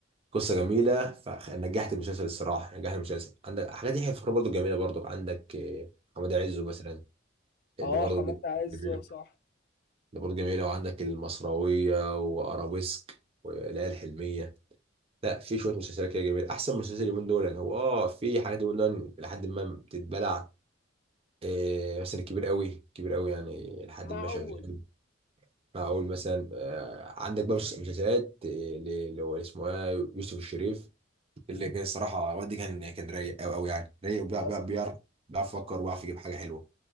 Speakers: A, on the right; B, on the left.
A: قصه جميله فنجحت المسلسل الصراحه نجحت المسلسل عندك حاجات يحيى الفخراني برضو جميله برضو عندك آه، حماد عزه مثلا آه،
B: اه
A: ده برضو
B: حماد
A: جد-
B: عز
A: جميله
B: صح
A: ده برضو جميله وعندك المصراويه وارابيسك والليالي الحلميه لا في شويه مسلسلات كده جميله احسن مسلسل اليومين دول يعني هو اه في حاجات اليومين دول لحد ما بتتبلع آه، مثلا الكبير قوي كبير قوي يعني لحد
B: معقول
A: ما شغال فاقول مثلا آه، عندك بقى مسلسلات آه، ل- اللي هو اسمه إيه، يوسف الشريف اللي كان الصراحه والدي كان كان رايق قوي قوي يعني رايق وبيع-
B: حصل
A: بيع- بيعرف بيعرف يفكر وبيعرف يجيب حاجه حلوه